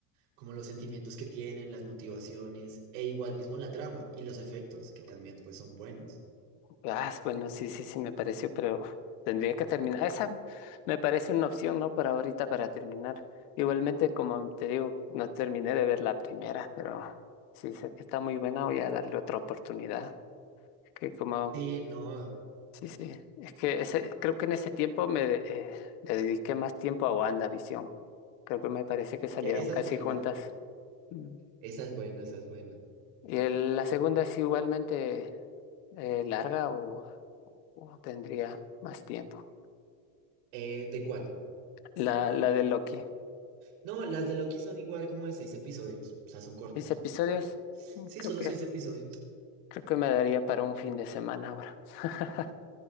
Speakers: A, on the right; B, on the left.
A: como los sentimientos que tienen, las motivaciones, e igual mismo la trama y los efectos, que también pues son buenos.
B: Ah, bueno, sí, sí, sí, me pareció, pero tendría que terminar. Esa me parece una opción, ¿no? Por ahorita para terminar. Igualmente, como te digo, no terminé de ver la primera, pero sí sé que está muy buena, voy a darle otra oportunidad. Que como,
A: Sí, no,
B: sí, sí, es que ese, creo que en ese tiempo me eh, le dediqué más tiempo a WandaVision. Creo que me parece que salieron
A: ya, esa
B: casi
A: es buena,
B: juntas. Mm.
A: esa es buena, esa es buena.
B: Y el- la segunda es igualmente eh, larga o o tendría más tiempo.
A: Eh, ¿de cuál?
B: La, la de Loki.
A: No, las de Loki son igual como de seis episodios, o sea, son cortos.
B: Seis episodios.
A: Sí,
B: Mm, Creo
A: solo
B: que,
A: seis episodios.
B: creo que me daría para un fin de semana ahora. <laughs>